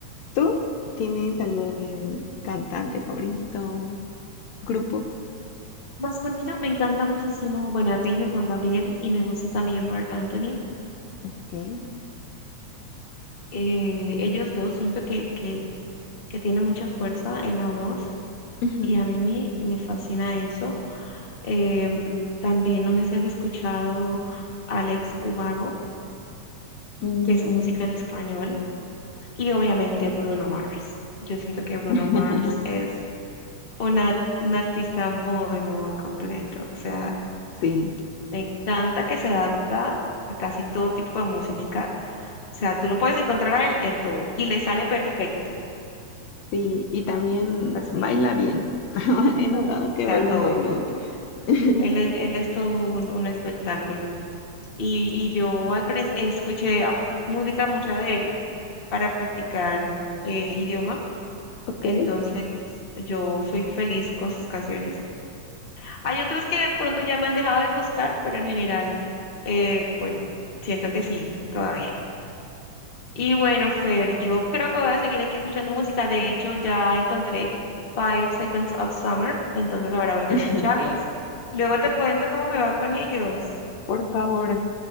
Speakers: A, on the left (about 70°); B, on the left (about 30°).
A: ¿Tú tienes algún cantante favorito, grupo?
B: Masculino, me encanta muchísimo. Bueno, te dije Juan Gabriel y me gusta también Marc Anthony.
A: ¿ok?
B: Eh, ellos dos siento que, que, que tiene mucha fuerza en la voz
A: Ujú.
B: y a mí me, me fascina eso. Em, también no sé si has escuchado Alex Ubago,
A: Mm.
B: que es música en español, y obviamente Bruno Mars. Yo siento que Bruno
A: <laughs>
B: Mars es una, un artista muy, muy completo. O sea,
A: Sí,
B: me encanta que se adapta a casi todo tipo de música. O sea, tú lo puedes encontrar a él en todo y le sale perfecto.
A: sí, y también
B: Me fascina.
A: baila bien. <laughs> He notado
B: Uf, o
A: que
B: sea,
A: baila
B: todo,
A: muy
B: todo,
A: bien.
B: todo.
A: <laughs>
B: Él, e- él es todo un, un espectáculo. Y, y yo al prin- escuché a- música mucha de él para practicar eh, idioma,
A: Ok.
B: entonces yo soy feliz con sus canciones. Hay otras que de pronto ya me han dejado de gustar, pero en general, eh, bueno, siento que sí, todavía. Y bueno, Fer, yo creo que voy a seguir aquí escuchando música. De hecho, ya encontré Five Seconds of Summer, entonces ahora voy a
A: <laughs>
B: escucharlas. Luego te
A: Te-
B: cuento cómo me va con ellos.
A: Por favor,